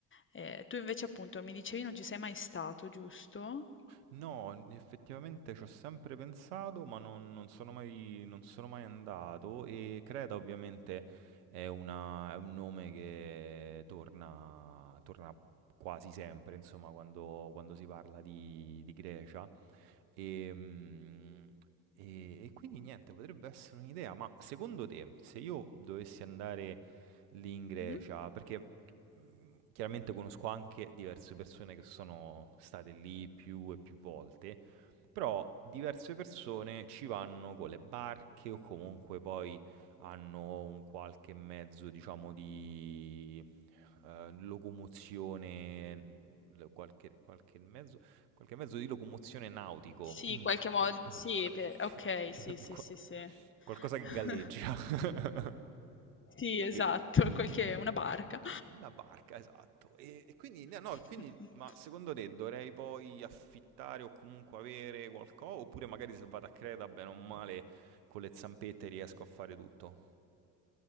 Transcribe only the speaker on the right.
No, n- effettivamente ci ho sempre pensato, ma non, non sono mai, non sono mai andato e Creta ovviamente è, una- è un nome che torna, torna quasi sempre, insomma, quando, quando si parla di, di Grecia. Ehm, e e quindi niente, potrebbe essere un'idea, ma secondo te, se io dovessi andare lì in Grecia,
perché, mhmm, chiaramente conosco anche diverse persone che sono state lì più e più volte, però diverse persone ci vanno con le barche o comunque poi hanno un qualche mezzo, diciamo, di, uhm, locomozione, mhmm, l qualche qualche mezzo Qualche mezzo di locomozione nautico.
Mm.
che- <laughs>
Qua-
Qualcosa che
galleggia. <laughs>
E-
Una barca, esatto. E, e quindi, no, no,
quindi, ma secondo te dovrei poi affittare o comunque avere qualcosa? Oppure magari se vado a Creta, bene o male, con le zampette riesco a fare tutto?